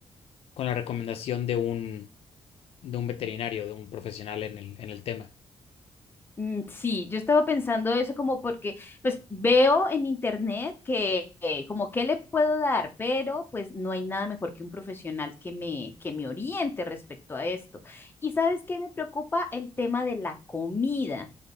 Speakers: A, on the left; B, on the left.
A: con la recomendación de un de un veterinario, de un profesional en el, en el tema.
B: Mm, Sí, yo estaba pensando eso como porque pues veo en internet que eh, como qué le puedo dar, pero pues no hay nada mejor que un profesional que me que me oriente respecto a esto. Y ¿sabes qué me preocupa? El tema de la comida,